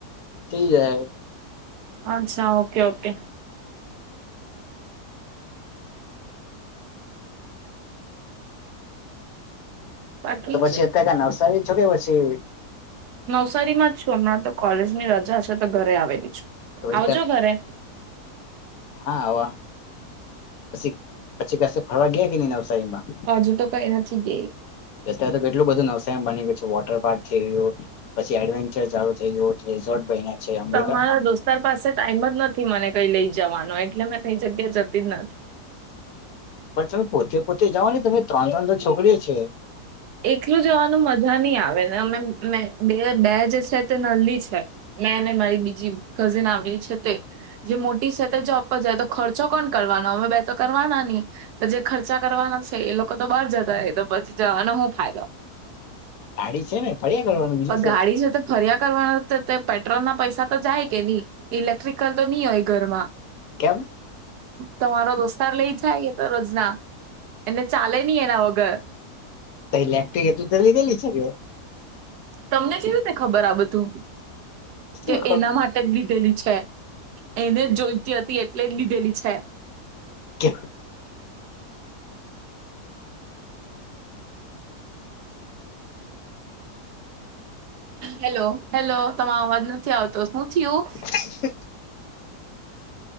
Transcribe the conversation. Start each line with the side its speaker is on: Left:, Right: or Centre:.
Left: થઈ જાય.
Right: અછા ઓકે ઓકે. બાકી
Left: તો પછી અત્યારે ક નવસારી છો કે પછી
Right: નવસારી માં જ છું હમણાં તો કોલેજની રજા હશે તો ઘરે આવેલી છું
Left: તો પછી
Right: આવજો ઘરે
Left: હા હ પછી પછી પાસે ફરવા ગયા કે નઈ નવસારી માં
Right: હજુ તો કઈ નથી ગ
Left: અત્યારે તો કેટલું બધું નવસમ બની ગય છે વોટર પાર્ક થઈ ગયું પછી એડવેન્ચર ચાલુ થઈ ગયું રિસોર્ટ બને છે અંબિકા
Right: તમારા દોસ્તાર પાસે ટાઈમ જ નથી મને કઈ લઈ જવાનો એટલે મેં કઈ જગ્યા જતી જ નથી
Left: પણ તમે પોતે પોતે જાઓ ને તમે ત્રણ ત્રણ તો છોકરીઓ છે
Right: એકલું જવાનું મજા ઘણી આવે ને અમે બે બે જે છે તે નનલી છે નાઈ નાઈ બીજી બીજી કઝિન આવેલી છે તે જે મોટી સાથેત જોબ પર જાય તો ખર્ચો કોણ કરવાનો હવે બે તો કરવાના નહી જે ખર્ચા કરવાના છે એ લોકો તો બહાર જતા હ તો પછી જવાનો હ ફાયદો
Left: ગાડી છે ને ફર્યા કરવાનું બીજું શું.
Right: ગાડી છે તો ફરિયા કરવાના પેટ્રોલ ના પૈસા તો જાય કે નહી ઇલેક્ટ્રિકલ તો નહી હોય ઘરમાં
Left: કેમ
Right: તમારા દોસ્ત લઈ જાય તો રોજના એને ચાલે નહી એના વગર
Left: તો ઇલેક્ટ્રિક એટલી તો લીધેલી છે કે
Right: તમને કેવુ ને ખબર આ બધું
Left: શું
Right: કે એના માટે જ લીધેલી છે એને જ જોઈતી હતી એટલે જ લીધેલી છે
Left: કે
Right: હેલો હેલો તરો અવાજ નથી આવતો શું થયું
Left: <inaudible>